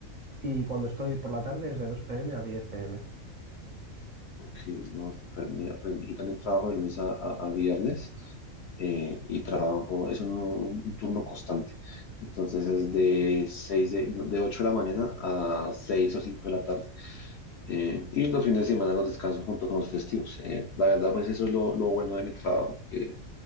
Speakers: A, on the right; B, on the left.
A: Y cuando estoy por la tarde es de 2 p.m. a 10 p.m.
B: Ok, no, súper. Mira, por ejemplo, yo también trabajo de lunes a, a- a viernes eh, y trabajo, es un, un- un turno constante. Entonces es de 6 de, de 8 de la mañana a 6 o 5 de la tarde. Eh, y los fines de semana los descanso junto con los festivos. Eh, la verdad, pues eso es lo, lo bueno de mi trabajo, que